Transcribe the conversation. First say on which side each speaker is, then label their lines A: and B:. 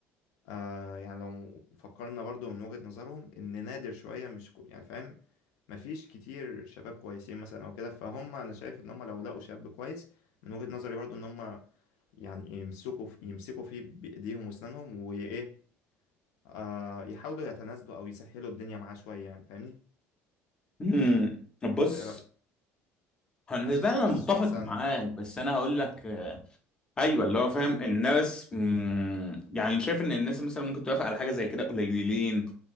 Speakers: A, on the left; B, on the left.
A: آه يعني لو فكرنا برضو من وجهة نظرهم ان نادر شوية مش كو يعني فاهم مفيش كتير شباب كويسين مثلا او كده فهم انا شايف ان هم لو لقوا شاب كويس من وجهة نظري برضو ان هم يعني يمسكوا في يمسكوا فيه بايديهم واسنانهم وايه آه يحاولوا يتنازلوا او يسهلوا الدنيا معاه شوية يعني فاهمني
B: امم بص
A: انت ايه رأيك
B: هو بالنسبه
A: حاسس
B: لي
A: حاسسهم
B: انا متفق
A: مثلا
B: معاك بس انا هقول لك آه، ايوه اللي هو فاهم الناس امم يعني شايف ان الناس مثلا ممكن توافق على حاجه زي كده قليلين